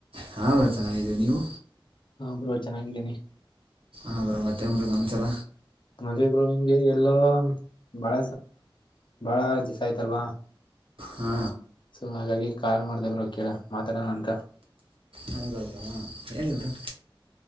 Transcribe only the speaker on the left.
ಹಾ ಬ್ರೋ ಚೆನ್ನಾಗಿದ್ದೇನಿ
ಅಂದ ಇಬ್ರು ಹಿಂಗೆ ಎಲ್ಲೋ ಬಾಳ ಬಾಳ ದಿವಸ ಆಯ್ತಲ್ವಾ
ಸೊ ಹಾಗಾಗಿ ಕಾಲ್ ಮಾಡ್ದಬ್ರ ಕೇಳ ಮಾತಾಡೋಣ ಅಂತ